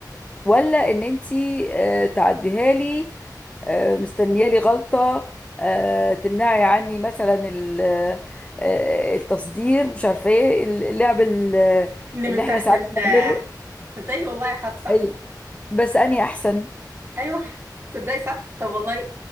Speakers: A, on the left; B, on the right.
A: ولا ان انت آه، تعديها لي آه، مستنيه لي غلطه آه، تمنعي عني مثلا ال- آه، آه، التصدير مش عارفه ايه اللعب ال-
B: اللي من
A: اللي احنا
B: تحت
A: ساعات
B: لتحت
A: بنعمله
B: تصدقي والله حد صح
A: اي بس اني احسن
B: أيوة تصدقي صح طب والله